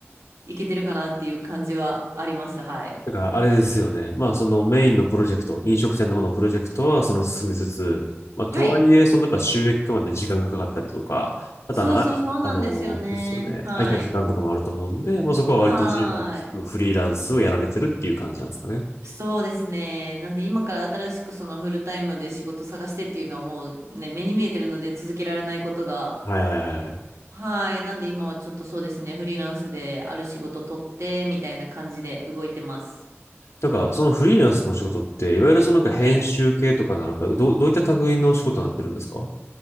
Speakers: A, on the right; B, on the left.
A: いけてるかなっていう感じはあります。はい。
B: だからあれですよね。まあそのメインのプロジェクト、飲食店の方のプロジェクトはその進めつつ、まあとはいえ、
A: はい。
B: そのやっぱ収益化まで時間がかかったりとか、あとあの、
A: そうそうそうなんですよね。
B: あ、あのですよね。
A: はい。
B: 空いた時間とかもあると思うんで、まあそこは割と自由が利くフリーランスをやられてるっていう感じなんですかね。
A: はい。そうですね。なんで今から新しくそのフルタイムで仕事探してっていうのはもうね、目に見えてるので続けられないことが。
B: はいはいはいはい。
A: はい。なんで今はちょっとそうですね、フリーランスである仕事取ってみたいな感じで動いてます。
B: なんかそのフリーランスのお仕事って、いわゆるそのなんか編集系とかなのか、
A: はい。
B: どう、どういった類のお仕事になってるんですか